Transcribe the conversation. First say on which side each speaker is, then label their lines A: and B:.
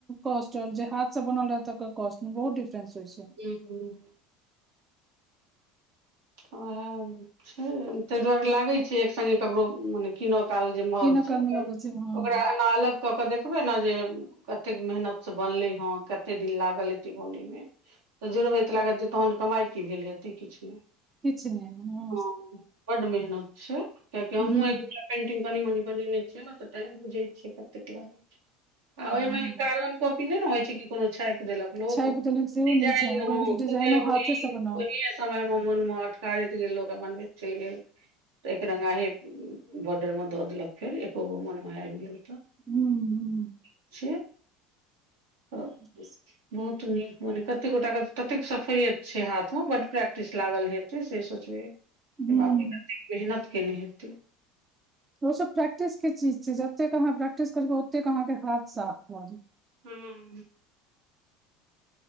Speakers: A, on the right (about 25°); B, on the right (about 75°).
A: कॉस्टन जे हाथ से बनल रहै तकर कॉस्ट मे बहुत डिफरेस होइ छै
B: ज <unintelligible> अहै छै ताहि दुआरे लागै छैय एक सङ्गे ककरो मने किन काल जे मग
A: कीनऽ
B: छै
A: कालमे लगै छै हँ
B: ओकरा एना अलग कऽ देख देखबै ने जे कतेक मेहनतसँ बनलै ह कते दिन लागल हेतइ बनैय मे तऽ जुड़ब ई लागत जे तहन कमाई कि भेल हेतै किछु नहि
A: किछ नहि हम।
B: ह बड़ मेहनत छै कियै कि हमहु
A: हूँ
B: एक दुटा पेटिग कनी मनी बने छियै ने तऽ टाइम बुझे छियै कतेक लागत। आ
A: हँ
B: ओहिमे कार्बन कॉपी नहि रहै छै कि कोनो छापि देलकऽ लोको
A: छापि देलक सेहो
B: कि
A: नहि
B: जाहि
A: छै ओकरा
B: अहॉ
A: कहै छै
B: ओहि
A: डिजाइनो हाथे से बनाउ
B: समयमे मन मात्र टारेत चलिए गेल लोक अपन बेचल गेल तऽ एकरगा हे बॉर्डर मे दऽ देलक फेर एको गो मन मे आबि गेल तऽ
A: हूँ हूँ
B: इक छै। तऽ
A: ओ <unintelligible>
B: बहुत नीक मने कते गोटा के ततेक सफैयत छै हाथ मे बड़ प्रैक्टिस लागल हेत फेर से सोचबै
A: हुं
B: बाप रे कतेक मेहनत केने हेतै
A: ओ सब प्रैक्टिस केँ चीज छै जतेक अहाँ प्रैक्टिस करबै ओतेक अहाँकेँ हथ साफ हैत
B: हुँ